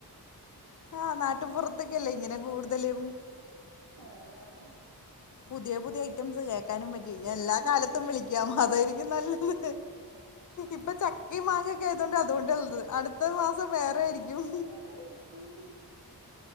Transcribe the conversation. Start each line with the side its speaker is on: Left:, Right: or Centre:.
Left: ആഹ് നാട്ടിൻ പുറത്തൊക്കെല്ലേ ഇങ്ങനെ കൂടുതലും
Right: ആഹ് അതാണ്
Left: പുതിയ പുതിയ ഐറ്റംസ് കേൾക്കാനും പറ്റും ഇനിഎല്ലാ
Right: കേക്കാൻ പറ്റ
Left: കാലത്തും വിളിക്കാം അതായിരിക്കും നല്ലത് ഇപ്പൊ ചക്കേം മാങ്ങൊക്കെ ആയതൊണ്ട് അതോണ്ടാള്ളത് അടുത്ത മാസം വേറെ ആയിരിക്കും
Right: വേറെ ഇരിക്കും